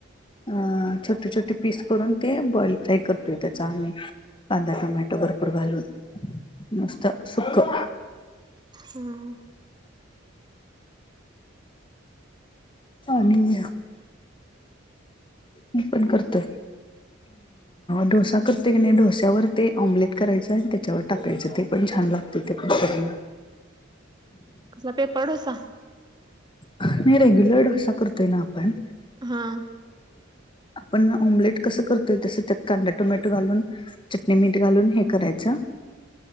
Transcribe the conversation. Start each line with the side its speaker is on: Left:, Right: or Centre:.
Left: अ छोटे छोटे पीस करून, ते बॉइल फ्राय करतोय त्याचा आम्ही. कांदा, टोमाटो भरपूर खालून नुस्त सुखं.
Right: हम्म.
Left: आणि मी पण करतोय. डोसा करतय की नाही डोस्यावर ते ऑम्लेट करायचं आणि त्याच्यावर टाकायचं ते पण छान लागते ते पण करायल
Right: कसा पेपर डोसा?
Left: नाही रेग्युलर डोसा करतोय ना आपण
Right: हा
Left: आपण ऑमलेट कसं करतोय तस त्यात कांदा टोमॅटो घालून. चटणी मीठ घालून हे करायचं.